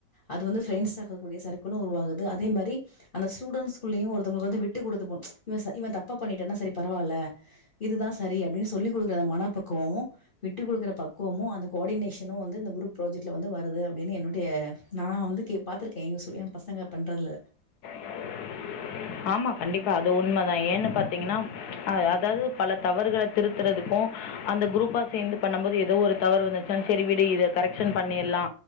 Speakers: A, on the left (about 40°); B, on the left (about 70°).
A: அது வந்து பிரெண்ட்ஸ் க்கக்கூடிய சர்கிளும் உருவாகுது அதே மாரி அந்த ஸ்டுடெண்ஸ்க்குளையு ஒருத்தவங்களுக்கு வந்து விட்டு குடுத்து போ இவ ச இவ தப் பா பண்ணிட்டனா சரி பரவாயில்ல இதுதா சரி அப்டின்னு சொல்லிக் குடுக்கற மன பக்குவமும் விட்டு குடுக்குற பக்குவமு அந்த கோடினேஷனு வந்து குரூப் ப்ராஜெக்டுல வந்து வருது அப்டினு என்னுடைய நா வந்து கே பாத்திருக் கேங்க சொல்லி எ பசங்க பண்றல
B: <inaudible> <unintelligible> ஆமா கண்டிப்பா அது உண்மைதா ஏன்னு பாத்தீங்கன்னா அ அதாவது பல தவறுகள திருத்துறதுக்கு கு அந்த குரூப்பா சேந்து பண்ணும் போது ஏதோ ஒரு தவறு வந்துச்ச சரி விடு இத கரெக்ஷன் பன்னீர்லா